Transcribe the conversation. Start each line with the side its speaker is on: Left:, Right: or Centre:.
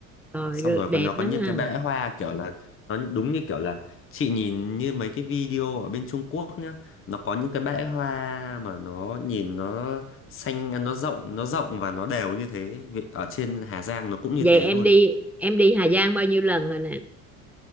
Centre: rồi
Left: xong
Centre: rồi,
Left: rồi
Centre: đẹp
Left: còn nó có
Centre: lắm
Left: những
Centre: ha
Left: cái bẽ hoa kiểu là nó đúng như kiểu là chị nhìn như mấy cái video ở bên Trung Quốc nhá nó có những cái bẽ hoa mà nó nhìn nó xanh nó rộng nó rộng và nó đều như thế Vì- ở trên Hà Giang nó cũng như
Centre: vậy
Left: thế
Centre: em
Left: luôn
Centre: đi em đi Hà Giang bao nhiêu lần rồi nè